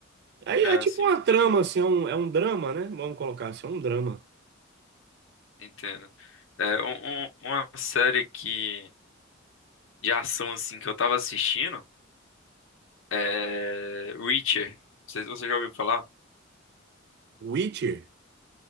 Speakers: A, on the right; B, on the left.
A: Aí
B: é,
A: é tipo
B: sim,
A: uma
B: entendi,
A: trama, assim, é um, é um drama, né? Vamos colocar assim, é um drama.
B: entendo. É, um- um- uma série que de ação assim que eu tava assistindo é Reacher. Não sei se você já ouviu falar.
A: Witcher?